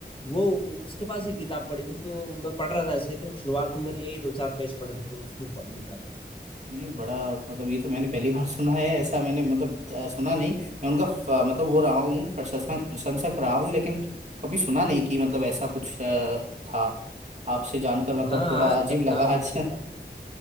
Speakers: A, on the left; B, on the right.
A: वो उसके पास ये किताब पड़ी थी तो मैं पढ़ रहा था ऐसे ही तो शुरुआत में मैंने यही दो चार पेज पढ़े थे तो उसमें पढ़ लिखा था
B: नहीं बड़ा मतलब ये तो मैंने पहली बार सुना है ऐसा मैंने मतलब अ, सुना नहीं मैं उनका फ- मतलब वो रहा हूँ प्रशंसक प्रशंसक रहा हूँ लेकिन कभी सुना नहीं कि मतलब ऐसा कुछ अ, था आपसे जानकर मतलब
A: हाँ
B: थोड़ा
A: हाँ अच्छा
B: अजीब लगा
A: था उनकी
B: आज
A: किताब
B: <laughs>
A: में